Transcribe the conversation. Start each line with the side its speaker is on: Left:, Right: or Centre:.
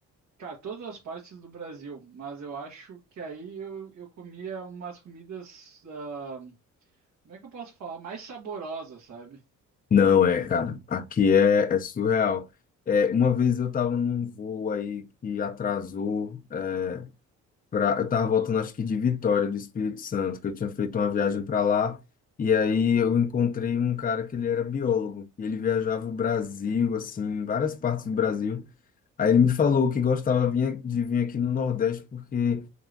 Right: cara, todas as partes do Brasil, mas eu acho que aí eu, eu comia umas comidas, ah, como é que eu posso falar? Mais saborosas, sabe?
Left: Não é, cara, aqui é, é surreal. É, uma vez eu tava num voo aí que atrasou, é, pra, eu tava voltando acho que de Vitória, do Espírito Santo, que eu tinha feito uma viagem para lá, e aí eu encontrei um cara que ele era biólogo, e ele viajava o Brasil, assim, várias partes do Brasil. Aí ele me falou que gostava vinha- de vir aqui no Nordeste porque